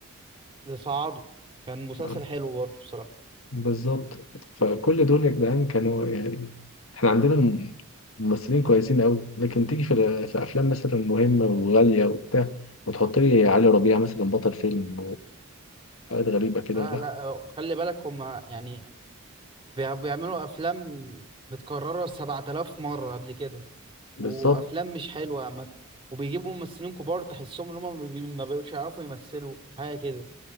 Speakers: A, on the right; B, on the left.
A: ده صعده كان مسلسل
B: ف-
A: حلو برضه بصراحة
B: بالظبط فكل دول يا جدعان كانوا يعني احنا عندنا م- ممثلين كويسين قوي لكن تيجي في, ال- في افلام مثلا مهمه وغاليه وبتاع وتحط لي علي ربيع مثلا بطل فيلم وحاجات غريبه كده
A: اه
B: لا
A: لا آه، خلي بالك هما يعني بي- بيعملوا افلام متكرره 7000 مره قبل كده
B: بالظبط
A: وافلام مش حلوه عامه وبيجيبوا ممثلين كبار تحسهم ان هم ما بي- ما بيبقوش يعرفوا يمثلوا حاجه كده